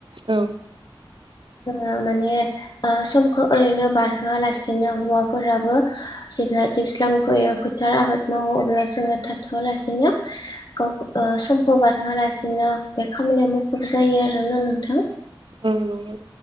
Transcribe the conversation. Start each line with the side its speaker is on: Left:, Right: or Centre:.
Right: औ।
Left: ओ माने ओ समखो ओरैनो बारहोआलासिनो हौवाफोराबो जेब्ला दैज्लां फैयो, फोथार आबाद मावो, अब्ला जोङो थाथ'वालासिनो गावखो ओ सम खौ बारहोयालासिनो बे खामानिया मुखुब जायो आरोना नोंथां।
Right: औ नंगौ